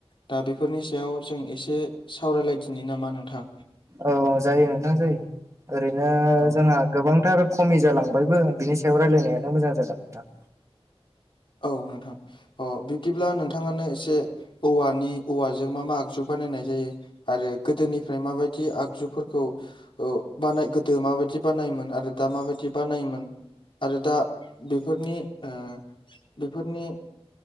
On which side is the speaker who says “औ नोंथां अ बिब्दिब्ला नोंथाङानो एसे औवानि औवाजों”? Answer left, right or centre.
Left